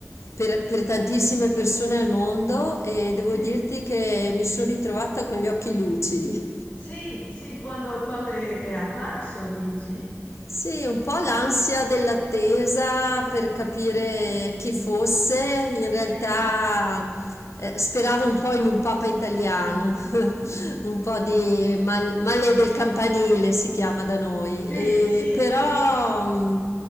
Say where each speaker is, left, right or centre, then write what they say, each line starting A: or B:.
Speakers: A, on the left; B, on the left.
A: per, per tantissime persone al mondo, e devo
B: Sì,
A: dirti che mi sono ritrovata con gli occhi lucidi.
B: sì, sì, quando, quando è, è apparso, dici?
A: Sì, un po' l'ansia dell'attesa per capire
B: Sì,
A: chi fosse, in realtà
B: sì,
A: eh, speravo un po' in un papa italiano, <laughs> un po' di mal- male del campanile si chiama da noi,
B: sì,
A: e
B: sì,
A: però
B: sì,
A: mh,